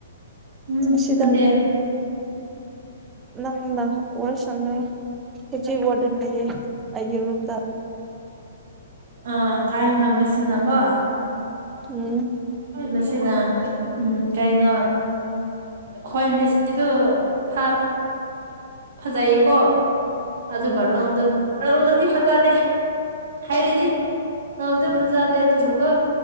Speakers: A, on the right (about 55°); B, on the right (about 20°).
A: ꯎꯝ
B: ꯁꯤꯗꯧ
A: ꯅꯠꯇꯦ
B: ꯅꯪꯅ ꯑꯣꯔ ꯁꯪꯉ ꯦꯖꯤꯤ ꯑꯣꯔꯗꯅꯦꯌꯦ ꯑꯩꯒꯤ ꯔꯨꯝꯗ
A: ꯑ ꯀꯥꯏ ꯉꯝ ꯃꯦꯁꯤꯅꯀꯣ
B: ꯎꯝ
A: ꯃꯦꯁꯤꯅ ꯎꯝ ꯀꯥꯏꯅ ꯍꯣꯏ ꯃꯦꯁꯤꯗꯣꯁꯨ ꯐ ꯐꯖꯩꯌꯦꯀꯣ ꯑꯗꯨ ꯅꯝꯗ
B: ꯍꯣꯏ
A: ꯔꯧꯗꯗꯤ ꯐꯖꯗꯦ ꯍꯥꯏꯔꯤꯗꯤ ꯅꯜꯗꯤ ꯐꯖꯗꯦ ꯑꯗꯨꯕꯨꯀ